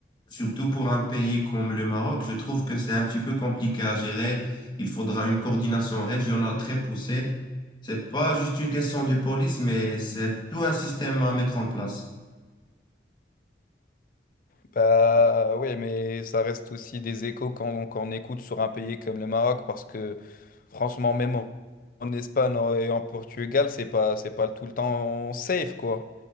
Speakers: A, on the left; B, on the left.
A: Surtout pour un pays comme le Maroc, je trouve que c'est un petit peu compliqué à gérer. Il faudra une coordination régionale très poussée. C'est pas juste une question de police, mais c'est tout un système à mettre en place.
B: Bah oui, mais ça reste aussi des échos quand, quand on écoute sur un pays comme le Maroc, parce que Franchement, même en en Espagne et en Portugal, c'est pas, c'est pas tout le temps safe, quoi.